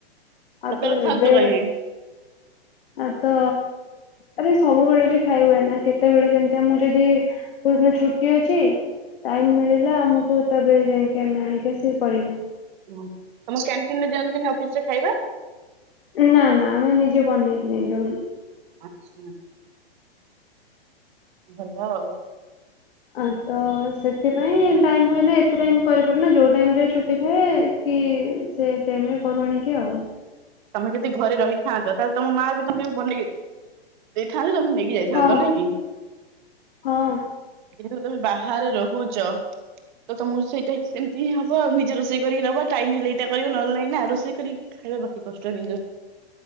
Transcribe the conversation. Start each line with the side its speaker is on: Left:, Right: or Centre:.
Right: ଆଉ
Left: ତ
Right: ତାଲେ ଖାଉଛ
Left: ଏବେ
Right: କାଇକି
Left: ଆ ତ ଆରେ ସବୁବେଳେ ବି ଖାଇ ହୁଏ ନା କେତେବେଳେ କେମତି ମୁଁ ଯଦି କେଉଁଦିନ ଛୁଟି ଅଛି ଟାଇମ ମିଳିଲା ଆମକୁ ତାପ ଯାଇକି ଆମେ ଆଣିକି ସେ କରିବୁ
Right: ଓ ତମ କ୍ୟାଣ୍ଟିନ ରେ ଦିଅନ୍ତିନି ଅଫିସ ରେ ଖାଇବା
Left: ନା ନା ଆମେ ନିଜେ ବନେଇକି ନେଇଯାଉରି
Right: ଆଛା ଭଲ ଆଉ
Left: ଆ ତ ସେଥିପାଇଁ ଟାଇମ୍ ହୁଏ ନା ଏତେ ଟାଇମ କରିପାରୁନା ଯୋଉ ଟାଇମ ରେ ଛୁଟି ଥାଏ କି ସେ ଟାଇମରେ କରୁ ଆଣିକି ଆଉ
Right: ତମେ ଯଦି ଘରେ ରହିଥାନ୍ତତା ତାହେଲେ ତମ ମା ବି ତୁେ କେ ବି ବନେଇକି ଦେଇ ଥାନ୍ତେ ତମେ ନେଇକି ଯାଇଥାନ୍ତ
Left: ହଁ
Right: ନାଇଁ କି
Left: ହଁ।
Right: ଯେହେତୁ ତମେ ବାହାରେ ରହୁଛ ତ ତମକୁ ସେଇଟା ଏମିତି ହିଁ ହବ ଆଉ ନିଜେ ରୋଷେଇ କରିକି ନବ ଟାଇମ ହେଲେ ଏଇଟା କରିବ ନହଲେ ନାଇ ନା ରୋସେଇ କରିକି ଖାଇବା ଭାରି କଷ୍ଟ କିନ୍ତୁ